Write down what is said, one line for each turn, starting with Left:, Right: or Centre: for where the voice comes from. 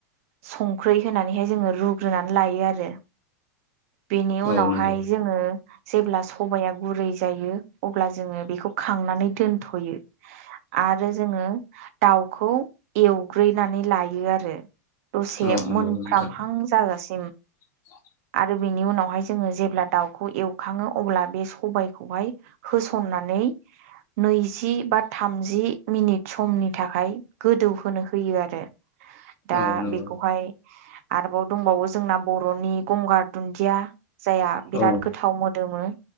Right: संख्रै होनानैहाय जोङो रुग्रोनानै लायो आरो। बेनि उनावहाय
Left: औ नंगौ
Right: जोङो जेब्ला सबाया गुरै जायो अब्ला जोङो बेखौ खांनानै दोनथ'यो। आरो जोङो दाउखौ एवग्रोनानै लायो आरो। दसे
Left: औ नंगौ
Right: मोनफ्रामहां
Left: नोंथां
Right: जाजासे
Left: <inaudible>
Right: आरो बेनि उनावहाय जोङो जेब्ला दाउखौ एवखाङो अब्ला बे सबायखौहाय होसन नानै नैजि बा थामजि मिनिट समनि थाखाय गोदौहोनो होयो आरो। दा
Left: औ नंगौ
Right: बेखौहाय आरोबाव दंबावो जोंना बर'नि गंगार दुन्दिया जायआ बिराद
Left: औ
Right: गोथाव मोदोमो